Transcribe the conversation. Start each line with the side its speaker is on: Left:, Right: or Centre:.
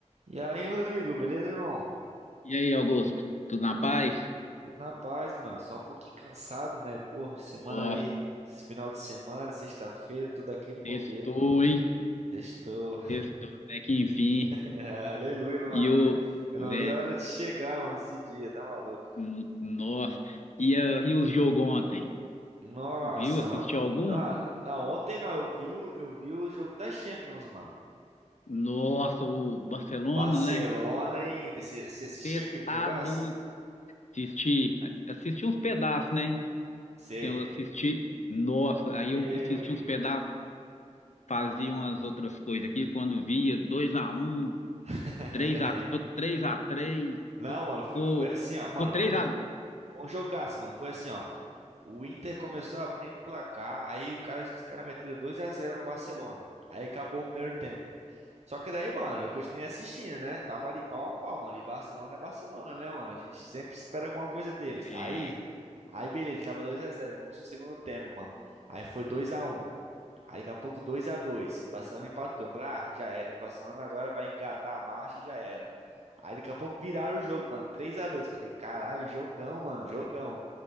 Right: E aí, Rodrigo, beleza, irmão?
Left: E aí, Augusto? Tudo na paz?
Right: Tudo na paz, mano. Só um pouquinho cansado, né? Pô, semana
Left: Ó,
Right: aí, esse final de semana, sexta-feira, tô daquele modelo,
Left: testou,
Right: mano.
Left: hein?
Right: Sextou.
Left: Testou até que enfim.
Right: <laughs> Aleluia, mano.
Left: E o,
Right: Não vi- Eu
Left: né,
Right: não vi a hora de chegar, mano, esse dia, tá maluco?
Left: n- nossa. E, a- e os jogos ontem?
Right: Nossa,
Left: Viu? Assistiu
Right: mano.
Left: algum?
Right: Não, não, ontem não, eu vi, o- eu vi o jogo das Champions, mano.
Left: Nossa, o Barcelona,
Right: O Barcelona
Left: né?
Right: e Inter. Você você assistiu
Left: Cê
Right: aquele
Left: tá
Right: jogaço?
Left: doido. Assisti, assisti uns pedaços, né?
Right: Sei.
Left: Eu assisti, nossa, aí
Right: Meu
Left: eu assisti
Right: irmão.
Left: uns pedaços, fazia umas outras coisas aqui, quando via dois a um,
Right: <laughs>
Left: três
Right: Né?
Left: a 3 ficou três x 3
Right: Não,
Left: ficou,
Right: mano, foi, foi assim, ó. Mano,
Left: ficou 3x...
Right: foi um Foi um jogaço, mano. Foi assim, ó. O Inter começou abrindo o placar, aí o cara, os caras meteram dois a zero no Barcelona. Aí acabou o primeiro tempo. Só que daí, mano, eu continuei assistindo, né? Tava ali pau a pau, mano. E Barcelona é Barcelona, né, mano? A gente sempre espera alguma coisa deles.
Left: É,
Right: Aí, aí beleza, tava dois a zero. Começou o segundo tempo, mano. Aí foi dois a um. Aí daqui a pouco dois a dois. Barcelona empatou. Falei, ah, já era. Barcelona agora vai engatar a marcha e já era. Aí daqui a pouco viraram o jogo, mano. Três a dois. Falei, caralho, jogão, mano, jogão.